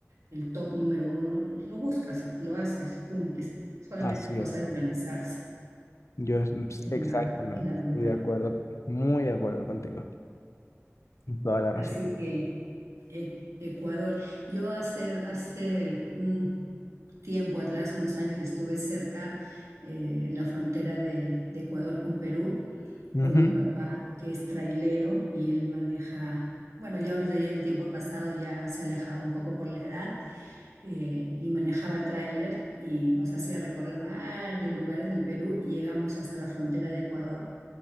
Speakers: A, on the right; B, on the left.
A: el top número uno, lo buscas, lo haces, cumples. Solamente
B: Así
A: es cosa
B: es.
A: de organizarse,
B: Yo es-
A: es
B: exactamente,
A: la, es la verdad.
B: estoy de acuerdo, muy de acuerdo contigo, toda la razón.
A: Así que E- Ecuador, yo hace, hace un tiempo atrás, unos años, estuve cerca eh, en la frontera de, de Ecuador con Perú
B: Ujú,
A: por mi papá, que es trailero y él maneja, bueno, ya ahorita ya el tiempo ha pasado, ya se ha alejado un poco por la edad, eh, y manejaba tráiler y nos hacía recorrer varios lugares del Perú y llegamos hasta la frontera de Ecuador.